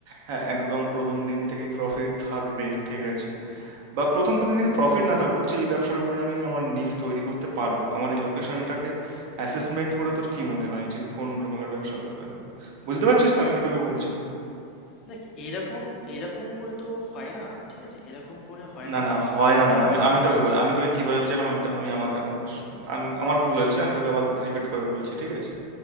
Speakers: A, on the right; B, on the left.
A: হ্যাঁ একদম প্রথম দিন থেকেই প্রফিট থাকবে ঠিক আছে বা প্রথম দিন থেকে প্রফিট না থাকুক যে এই ব্যবসার উপরে আমি আমার নিফ তৈরি করতে পারবো আমার এই লোকেশনটাকে অ্যাসেসমেন্ট করে তোর কি মনে হয় যে কোন রকমের ব্যবসা হতে পারে বুঝতে পারছিস তো আমি কি তোকে বলছি
B: দেখ এরকম এরকম করে তো হয় না ঠিক আছে এরকম করে হয়
A: না
B: না
A: না
B: বিষয়টা
A: হয়
B: বিষয়টা
A: না না আমি আমি
B: উম,
A: তোকে বল- আমি তোকে কি বোঝাতে চাইলাম আমি তো- আমি আমাকে আমি আমার ভুল হয়েছে আমি তোকে আবার রিপিট করে বলছি ঠিক আছে